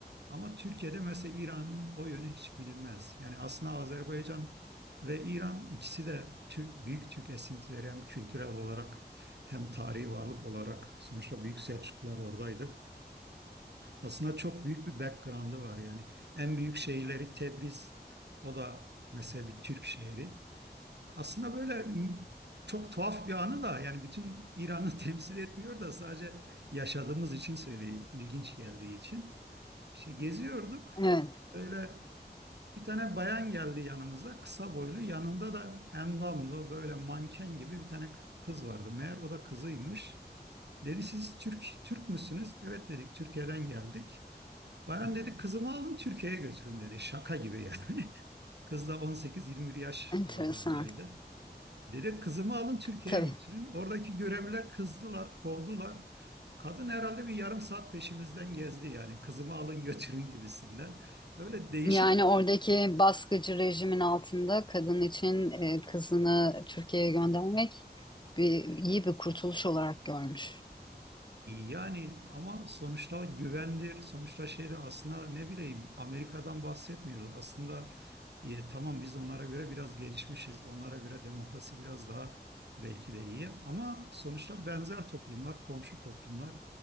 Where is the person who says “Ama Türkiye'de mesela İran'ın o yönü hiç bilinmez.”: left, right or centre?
Right